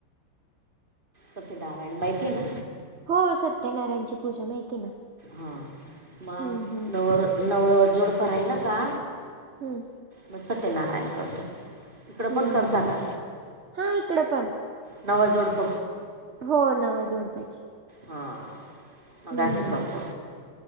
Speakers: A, on the right; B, on the right.
A: सत्यनारायण माहिती आहे ना.
B: हो! सत्यनारायणची पूजा माहिती आहे ना.
A: हा! मग
B: हं, हं,
A: नवर नव जोडप राहिला का?
B: हम्म!
A: मग सत्य नारायण करतो. तिकडं
B: हं.
A: पण करता का?
B: हां, इकडं पण.
A: नवा जोडप
B: हो नव्या जोडप्याची
A: हा! मग
B: हम्म.
A: असं करतो.